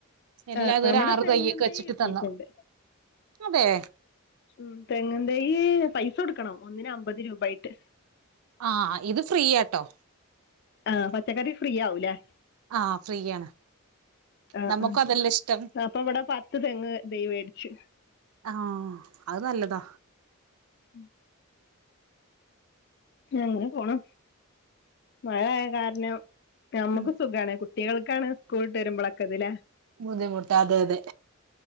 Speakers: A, on the right (about 80°); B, on the left (about 50°).
A: എല്ലാ
B: ആഹ്
A: അത് ഒരു
B: അവിടെ
A: ആറ്
B: തെങ്ങും
A: തൈയൊക്കെ
B: തൈ
A: വെച്ചിട്ട്
B: കിട്ടിയിട്ടുണ്ട്
A: തന്നു, അതെ.
B: ഉം തെങ്ങിൻ തൈയെ പൈസ കൊടുക്കണം, ഒന്നിന് അമ്പത് രൂപായിട്ട്.
A: ആഹ് ഇത് ഫ്രീയാട്ടോ.
B: ആഹ് പച്ചക്കറി ഫ്രീ ആവൂലേ.
A: ആഹ് ഫ്രീയാണ്.
B: ആഹ്
A: നമുക്കും
B: ആഹ്
A: അതല്ലേ ഇഷ്ടം
B: അപ്പൊ ഇവിടെ പത്ത് തെങ്ങ് തൈ മേടിച്ചു.
A: ആഹ് അത് നല്ലതാ.
B: ഉം അങ്ങനെ പോണു, മഴയാ കാരണം നമുക്ക്
A: ഉം
B: സുഖാണ് കു കുട്ടികൾക്കാണ് സ്‌കൂൾ വിട്ട് വരുമ്പോഴൊക്കെ ഇതല്ലേ.
A: ബുദ്ധിമുട്ടാ അതെ അതെ.